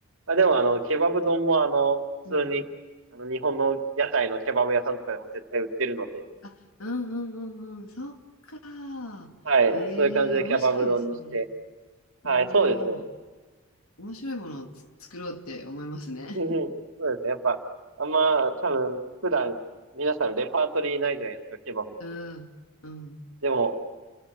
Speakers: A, on the right; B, on the left.
A: あでもあの、ケバブ丼もあの、
B: うん。
A: 普通に、あの、日本の屋台のケバブ屋さんとかでも絶対売ってるので、
B: あ、うんうんうんうん、そっか。
A: はい。
B: ええ、
A: そういう感じでケバブ丼にして、
B: 面白いですね。おお、
A: はい、そうですね。
B: 面白いものをつ作ろうって思いますね。
A: うんそうですね。
B: <laughs>
A: やっぱ、あんま、多分、普段、皆さんレパートリーないじゃないですか、ケバブって。
B: うん、うん、
A: でも、